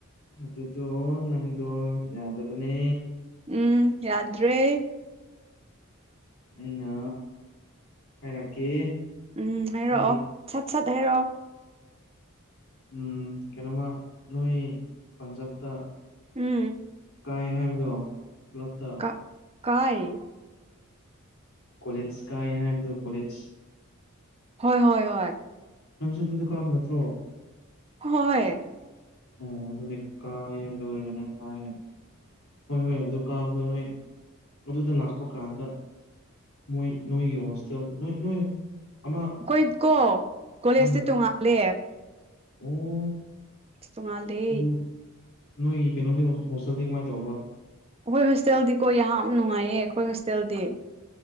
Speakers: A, on the left; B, on the right.
A: ꯑꯗꯨꯗꯣ ꯅꯪꯗꯣ ꯌꯥꯗꯕꯅꯦ꯫
B: ꯎꯝ ꯌꯥꯗ꯭ꯔꯦ
A: ꯑꯩꯅ ꯍꯥꯏꯔꯛꯀꯦ
B: ꯎꯝ ꯍꯥꯏꯔꯛꯑꯣ
A: ꯅꯪꯒꯤ
B: ꯁꯠ ꯁꯠ ꯍꯥꯏꯔꯛꯑꯣ
A: ꯎꯝ ꯀꯩꯅꯣꯃ ꯅꯣꯏ ꯄꯟꯖꯥꯕꯇ
B: ꯎꯝ
A: ꯀꯥꯏ ꯍꯥꯏꯕꯗꯣ ꯄꯨꯂꯞꯇ
B: ꯀ ꯀꯥꯏ
A: ꯀꯣꯂꯦꯁ ꯀꯥꯏ ꯍꯥꯏꯗꯣ ꯀꯣꯂꯦꯁ
B: ꯍꯣꯏ ꯍꯣꯏ ꯍꯣꯏ
A: ꯅꯪꯁꯨ ꯑꯗꯨꯗ ꯀꯥꯕ ꯅꯠꯇ꯭ꯔꯣ
B: ꯍꯣꯏ
A: ꯑꯣ ꯑꯗꯨꯅꯦ ꯀꯥꯥꯢ ꯍꯥꯏꯕꯗꯣ ꯑꯣꯏꯔꯒꯅ ꯀꯥꯥꯢ ꯍꯥꯏꯕ ꯍꯣꯏ ꯍꯣꯏ ꯑꯗꯨ ꯀꯥꯕꯗꯣ ꯅꯣꯏ ꯑꯗꯨꯗ ꯂꯥꯛꯄ ꯀꯥꯟꯗ ꯃꯣꯏ ꯅꯣꯏꯒꯤ ꯍꯣꯁꯇꯦꯜ ꯅꯣꯏ ꯅꯣꯏ ꯑꯃ
B: ꯑꯩꯈꯣꯏ ꯀꯣ ꯀꯣꯂꯦꯖꯁꯦ
A: ꯎꯝ
B: ꯇꯣꯡꯉꯜꯂꯦ
A: ꯑꯣ
B: ꯇꯣꯡꯉꯥꯜꯂꯦ
A: ꯑꯗꯨ ꯅꯣꯏꯒꯤ ꯀꯩꯅꯣꯗꯤ ꯍꯣꯁꯇꯦꯜꯗꯤ ꯀꯃꯥꯏꯅ ꯇꯧꯕ
B: ꯑꯩꯈꯣꯏ ꯍꯣꯁꯇꯦꯜꯗꯤꯀꯣ ꯌꯥꯝ ꯅꯨꯡꯉꯥꯏꯌꯦ ꯑꯩꯈꯣꯏ ꯍꯣꯁꯇꯦꯜꯗꯤ